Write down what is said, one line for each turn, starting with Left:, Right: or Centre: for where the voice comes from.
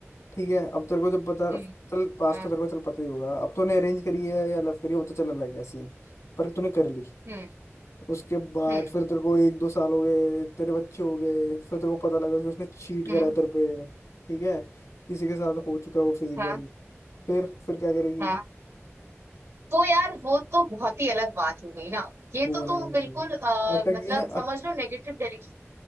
Left: ठीक है अब तेरे को जब पता
Right: हम्म
Left: चल पास
Right: हाँ,
Left: तो तेरे को चल पता ही होगा अब तूने अरेंज करी है या लव करी है वो तो चल अलग है सीन पर तूने कर ली
Right: हम्म
Left: उसके बाद
Right: हम्म
Left: फिर तेरे को एक दो साल हो गए तेरे बच्चे हो गए फिर तेरे को पता लगा कि उसने चीट
Right: हम्म
Left: करा है तेरे पे ठीक है किसी के साथ हो चुका है वो फिजिकल
Right: हाँ
Left: फिर फिर क्या करेगी
Right: हाँ तो यार वो तो बहुत ही अलग बात हो गई ना ये
Left: मुंह
Right: तो
Left: अलग
Right: तुम
Left: हो
Right: बिल्कुल
Left: गई
Right: अ,
Left: अटक
Right: मतलब
Left: गई ना
Right: समझ लो नेगेटिव देख